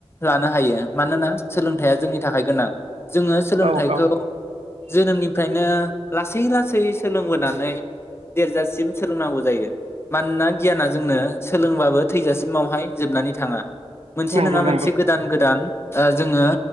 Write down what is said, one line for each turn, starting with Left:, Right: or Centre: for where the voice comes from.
Left: लानो हायो मानोना सोलोंथाइया जोंनि थाखाय गोनां। जोङो सोलोंथाइखौ
Right: औ औ
Left: जोनोमनिफ्रायनो लासै लासै सोलोंबोनानै देरजासिम सोलोंनांगौ जायो मानोना गियाना जोंनो सोलोंबाबो थैजासिमावहाय जोबनानै थाङा मोनसे
Right: नंगौ
Left: नङा
Right: नंगौ
Left: मोनसे गोदान गोदान ओ जोङो